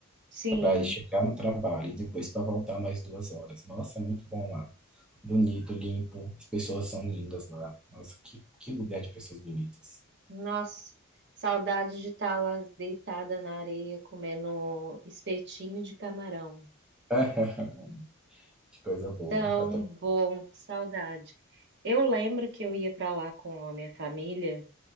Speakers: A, on the right; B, in the centre.
A: Sim.
B: Para ir chegar no trabalho e depois para voltar mais duas horas. Nossa, é muito bom lá. Bonito, limpo, as pessoas são lindas lá. Nossa, que, que lugar de pessoas bonitas.
A: Nossa, saudade de estar lá deitada na areia comendo espetinho de camarão.
B: <laughs> Que coisa boa.
A: Tão
B: Adoro.
A: bom, saudade. Eu lembro que eu ia para lá com a minha família.